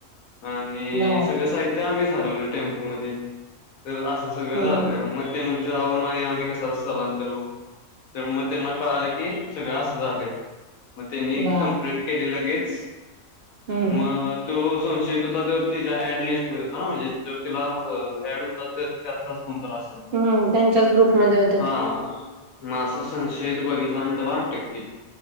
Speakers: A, on the left; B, on the right.
A: आणि
B: बापरे!
A: सगळं साहित्यं आम्हीच हलवलं टेम्पोमध्ये तर असं सगळं
B: हम्म
A: झालं. मग ते म्हणतात आवो नाही आम्ही कशाला स्थलांतर होवू तर मग त्यांना कळालं कि, सगळं असं झालंय मग त्यांनी
B: बापरे!
A: कंप्लेंट केली लगेच
B: हम्म
A: मग तो संशयित होता तो, तिच्या ऍड लिस्टमध्ये होता ना म्हणजे जो तिला ऍड होता तो त्यातलाच कोण तर अस
B: हम्म त्यांच्याच ग्रुपमध्ये होत ते
A: मा असं संशयित बघितला आणि त्याला अटक केली